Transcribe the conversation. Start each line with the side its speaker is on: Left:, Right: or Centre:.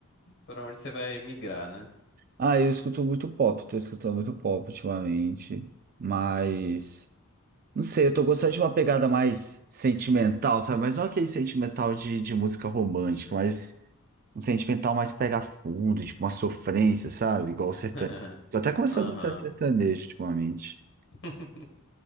Left: pra onde você vai migrar, né?
Right: Ah, eu escuto muito pop, tô escutando muito pop ultimamente, mas não sei, eu tô gostando de uma pegada mais sentimental, sabe? Mas não aquele sentimental de, de música romântica, mas um sentimental mais pega fundo, tipo uma sofrência, sabe? Igual o
Left: <laughs>
Right: sertanejo. Tô até começando
Left: Aham.
Right: a gostar de sertanejo ultimamente.
Left: <laughs>